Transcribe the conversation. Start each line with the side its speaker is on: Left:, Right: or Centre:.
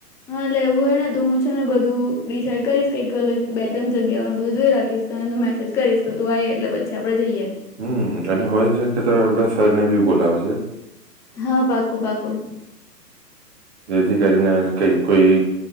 Centre: હા એટલે એવું હોય ને તો હું છે ને બધું ડિસાાઈડ કરીશ કઈક અલગ બે તન જગ્યાઓને બધું જોઈ રાખીશ તને તો મેસ જ કરીશ તો તું આઈ એટલે <unintelligible> <unintelligible> જઈએ.
Right: હમ્મ તને હોય શકે તો આપડા સરને બી બોલાવજે.
Centre: હા બાકુ બાકુ.
Right: એથી કરીને અને કય કોઈ